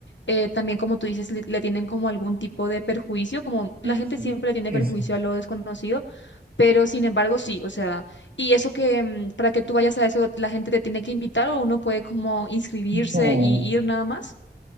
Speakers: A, on the left (about 80°); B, on the right (about 55°).
A: eh, también, como tú dices, le, le tienen como algún tipo de perjuicio, como la
B: Mm,
A: gente
B: ujú.
A: siempre tiene
B: Ese.
A: perjuicio a lo desconocido. Pero sin embargo, sí, o sea, y eso que mm, para que tú vayas a eso, la gente te tiene que invitar o uno puede como inscribirse
B: No.
A: y ir nada más.